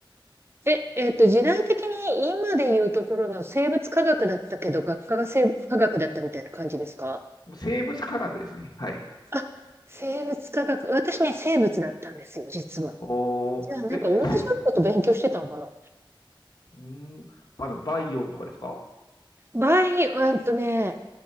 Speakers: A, on the right (about 30°); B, on the left (about 50°).
A: え、えっと、時代的に今で言うところの生物科学だったけど、学科が生物科学だったみたいな感じですか
B: 生物科学ですね。はい。
A: あ、生物科学。私ね、生物だったんですよ、実は。
B: おー、
A: じゃあ、なんか同じようなこと勉強してたのかな
B: え、せ、んーん、あの、バイオとかですか
A: 場合、えっとね、